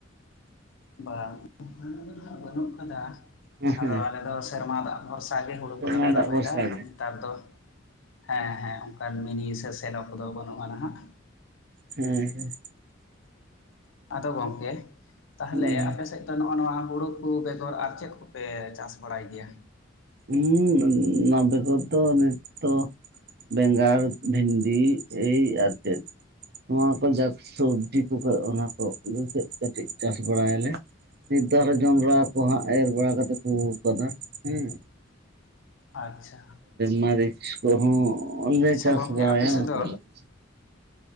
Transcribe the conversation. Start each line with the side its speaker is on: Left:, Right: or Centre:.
Left: ᱵᱟᱝ ᱚᱱᱠᱟᱱᱟᱜ ᱫᱚ ᱱᱟᱦᱟᱜ ᱵᱟᱹᱱᱩᱜ ᱠᱟᱫᱟ᱾
Right: ᱦᱮᱸ
Left: ᱟᱫᱚ
Right: ᱦᱮᱸ
Left: ᱟᱞᱮ ᱫᱚ ᱥᱮᱨᱢᱟ ᱫᱟᱜ ᱵᱷᱚᱨᱥᱟ ᱜᱮ ᱦᱩᱲᱩ
Right: ᱥᱮᱨᱢᱟ
Left: ᱠᱚᱫᱚ ᱞᱮ
Right: ᱫᱟᱜ
Left: ᱨᱚᱦᱚᱭ
Right: ᱵᱷᱚᱨᱥᱟ
Left: ᱮᱫᱟ
Right: ᱜᱮ᱾
Left: ᱱᱮᱛᱟᱨ ᱫᱚ᱾ ᱦᱮᱸ ᱦᱮᱸ ᱚᱱᱠᱟᱱ ᱢᱤᱱᱤ ᱥᱮ ᱥᱮᱱᱚ ᱠᱚᱫᱚ ᱵᱟᱹᱱᱩᱜ-ᱟ ᱱᱟᱦᱟᱜ᱾
Right: ᱦᱮᱸ ᱦᱮᱸ᱾
Left: ᱟᱫᱚ ᱜᱚᱝᱠᱮ ᱛᱟᱦᱞᱮ
Right: ᱦᱮᱸ
Left: ᱟᱯ ᱥᱮᱫ ᱛᱚ, ᱱᱚᱜ-ᱚ ᱱᱚᱣᱟ ᱦᱩᱲᱩ ᱠᱚ ᱵᱮᱜᱚᱨ ᱟᱨ ᱪᱮᱫ ᱠᱚᱯᱮ ᱪᱟᱥ ᱵᱟᱲᱟᱭ ᱜᱮᱭᱟ?
Right: ᱦᱩᱸ ᱚᱱᱟ ᱵᱮᱜᱚᱨ ᱫᱚ ᱚᱱᱮ ᱛᱚ ᱵᱮᱸᱜᱟᱲ ᱵᱷᱤᱱᱰᱤ ᱮᱹᱭ ᱟᱨ ᱪᱮᱫ᱾ ᱱᱚᱣᱟ ᱠᱚ ᱡᱟᱠ ᱥᱚᱵᱡᱤ ᱠᱚ ᱠᱚ ᱚᱱᱟ ᱠᱚ ᱟᱹᱜᱩ ᱠᱮᱫ ᱠᱟᱹᱴᱤᱡ ᱪᱟᱥ ᱵᱟᱲᱟᱭᱟᱞᱮ᱾ ᱱᱮᱛᱟᱨ ᱡᱚᱸᱰᱨᱟ ᱠᱚ ᱦᱟᱸᱜ ᱮᱨ ᱵᱟᱲᱟ ᱠᱟᱛᱮᱜ ᱯᱩ ᱠᱟᱫᱟ ᱦᱩᱸ᱾
Left: ᱟᱪᱪᱷᱟ᱾
Right: ᱢᱟᱨᱤᱪ ᱠᱚᱦᱚᱸ ᱞᱮ
Left: ᱟᱪᱪᱷᱟ
Right: ᱪᱟᱥ
Left: ᱜᱚᱢᱠᱮ
Right: ᱵᱟᱲᱟᱭᱟ
Left: ᱟᱯᱮ ᱥᱮᱫ
Right: ᱚᱱᱠᱟᱞᱮᱠᱟ᱾
Left: ᱫᱚ